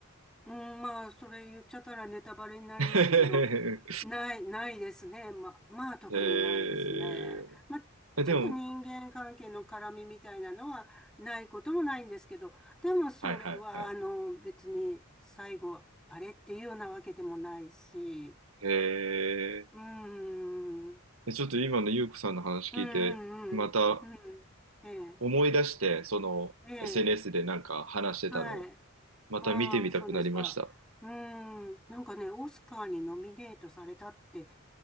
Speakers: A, in the centre; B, on the right.
A: うん、まあ、それ言っちゃったらネタバレになりますけど、
B: <laughs> え
A: ない、ないですね。ま、まあ、特にないですね。
B: え、
A: まあ、
B: えでも、
A: ちょっと人間関係の絡みみたいなのはないこともないんですけど、でもそれは、
B: はいはいはい。
A: あの、別に最後、あれっていうようなわけでもないし、
B: ええ
A: うん、うん、
B: ちょっと今のゆうこさんの話聞いて、
A: うん、
B: また
A: うん、うん、ええ、
B: 思い出して、その
A: ええ、
B: SNS でなんか話してたのを、
A: はい。
B: また見てみたくなりました。
A: ああ、そうですか。うーん。なんかね、オスカーにノミネートされたって